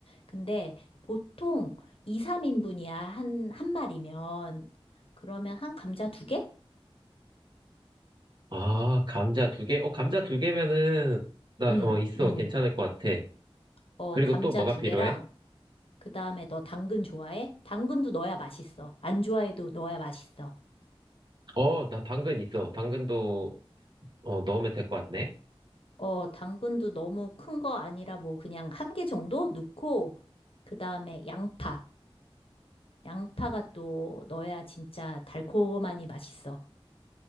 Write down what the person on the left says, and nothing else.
근데 보통 2, 3인분이야 한, 한 마리면 그러면 한 감자 두 개?
응,
응.
어,
감자
두
개랑 그다음에 너 당근 좋아해? 당근도 넣어야 맛있어. 안 좋아해도 넣어야 맛있어.
어, 당근도 너무 큰 거 아니라 뭐 그냥 한 개 정도 넣고, 그 다음에 양파. 양파가 또 넣어야 진짜 달콤하니 맛있어.